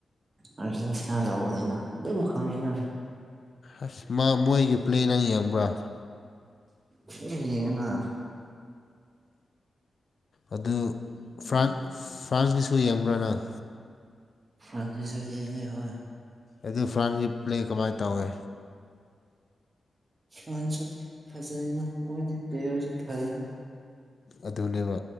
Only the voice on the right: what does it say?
ꯑꯔꯖꯦꯟꯇꯤꯅ ꯂꯧꯒꯅꯤꯅ ꯑꯗꯨꯝ ꯈꯪꯉꯤꯅ꯫
ꯑꯗꯨꯝ ꯌꯦꯉꯅꯥ꯫
ꯐ꯭ꯔꯥꯟꯁꯒꯤꯁꯨ ꯌꯦꯡꯏ ꯍꯣꯏ꯫
ꯐ꯭ꯔꯥꯟꯁꯨ ꯐꯖꯩꯅ ꯃꯣꯏꯗꯤ ꯄ꯭ꯂꯦꯌꯔꯁꯨ ꯐꯖꯅ꯫